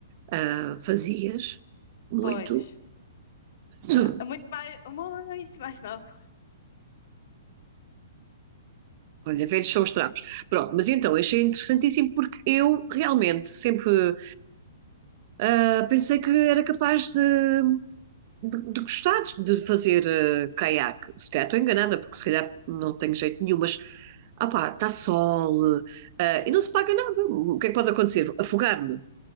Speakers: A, on the right; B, on the left.
A: ah, fazias muito.
B: Pois,
A: <clears throat> Hum.
B: ah, muito mais, muito mais <laughs> nova.
A: Olha, velhos são os trapos. Pronto, mas então achei interessantíssimo porque eu realmente sempre Uh, pensei que era capaz de, de, de gostar de fazer uh, caiaque. Se calhar estou enganada, porque se calhar não tenho jeito nenhum, mas ah pá, está sol, uh, e não se paga nada. O que é que pode acontecer? Afogar-me